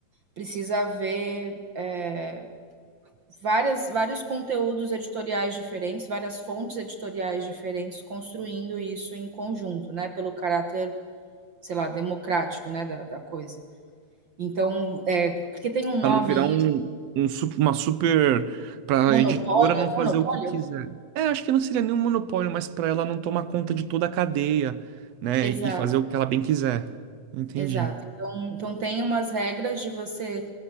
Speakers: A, on the right; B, on the right.
A: Precisa haver é, várias, vários conteúdos editoriais diferentes, várias fontes editoriais diferentes construindo isso em conjunto, né? Pelo caráter, sei lá, democrático, né, da, da coisa. Então, é, porque tem um nome
B: para não virar um, um su- uma super para a
A: Monopólio?
B: editora não fazer
A: Monopólio?
B: o que quiser. É, acho que não seria nenhum monopólio, mas para ela não tomar conta de toda a cadeia, né,
A: Exato,
B: e fazer o que ela bem quiser. Entendi.
A: exato. Então então tem umas regras de você